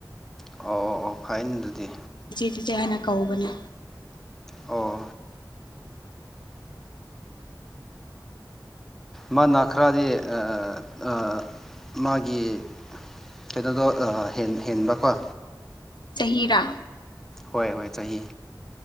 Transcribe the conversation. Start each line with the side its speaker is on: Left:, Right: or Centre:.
Centre: ꯑꯣ ꯑꯣ ꯑꯣ ꯐꯩꯅꯦ ꯑꯗꯨꯗꯤ
Left: ꯁꯤꯆꯦ ꯍꯥꯏꯅ ꯀꯧꯕꯅꯤ
Centre: ꯑꯣ ꯃꯥ ꯅꯥ ꯈꯔꯗꯤ ꯑꯥ ꯑꯥ ꯃꯥꯒꯤ ꯀꯩꯅꯣ ꯍꯦꯟꯕꯀꯣ
Left: ꯆꯍꯤꯔꯥ
Centre: ꯍꯣꯏ ꯍꯣꯏ ꯆꯍꯤ